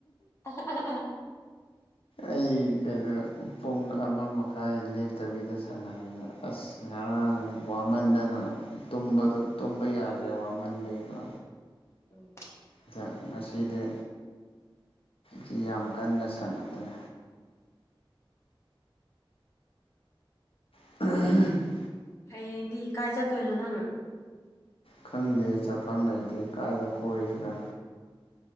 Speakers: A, on the left (about 30°); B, on the left (about 85°).
A: <unintelligible>
B: ꯑꯩ ꯀꯩꯅꯣ ꯄꯨꯡ ꯑꯃ ꯃꯈꯥꯏ ꯂꯦꯞꯇꯕꯤꯗ ꯁꯥꯟꯅꯔꯅꯦ ꯑꯁ ꯑꯁ ꯉꯔꯥꯡ ꯋꯥꯃꯟꯗꯅ ꯇꯨꯝꯕꯗꯣ ꯇꯨꯝꯕ ꯌꯥꯗ꯭ꯔꯦ ꯋꯥꯃꯟꯕꯩꯗꯣ
A: <unintelligible>
B: ꯑꯗ ꯉꯁꯤꯗꯤ ꯁꯤ ꯌꯥꯝ ꯀꯟꯅ ꯁꯥꯟꯅꯗ꯭ꯔꯦ <unintelligible>
A: ꯍꯌꯦꯡꯗꯤ ꯀꯥꯏ ꯆꯠꯇꯣꯏꯅꯣ ꯅꯪ
B: ꯈꯪꯗꯦ ꯆꯥꯐꯝ ꯂꯩꯇꯦ ꯀꯥꯏꯗ ꯀꯣꯏꯁꯤꯔꯥ